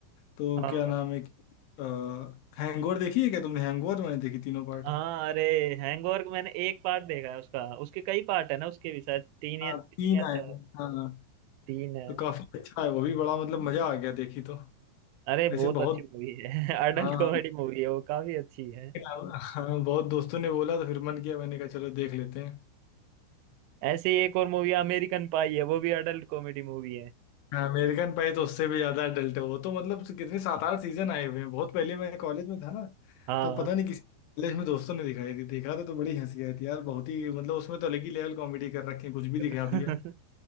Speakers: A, on the left; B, on the right.
A: तो
B: हाँ
A: क्या नाम है कि, आ, हैंगओवर देखी है क्या तुमने हैंगओवर मैंने देखी तीनों पार्ट
B: हाँ अरे हैंगओवर मैंने एक पार्ट देखा है उसका उसके कई पार्ट है ना उसके भी शायद तीन या
A: हाँ
B: तीन
A: तीन
B: या चार
A: आए हैं हाँ
B: तीन है
A: तो काफी अच्छा है वो भी बड़ा मतलब मजा आ गया देखी तो
B: अरे
A: ऐसे
B: बहुत
A: बहुत
B: अच्छी मूवी है <laughs> अडल्ट
A: हाँ
B: कॉमेडी मूवी है वो काफी अच्छी है
A: बहुत- हाँ बहुत दोस्तों ने बोला तो फिर मन किया मैंने कहा चलो देख लेते हैं
B: ऐसे ही एक और मूवी अमेरिकन पाई है वो भी अडल्ट कॉमेडी मूवी है
A: हाँ, अमेरिकन पाई तो उससे भी ज्यादा अडल्ट है वो तो मतलब कितने सात आठ सीजन आए हुए हैं बहुत पहले मैं कॉलेज में था ना
B: हाँ
A: तब पता नहीं किसी कॉलेज में दोस्तों ने दिखाई थी देखा था तो बड़ी हंसी आई थी यार बहुत ही मतलब उसमें तो अलग ही लेवल कॉमेडी कर रखी है कुछ भी
B: <laughs>
A: दिखा दिया है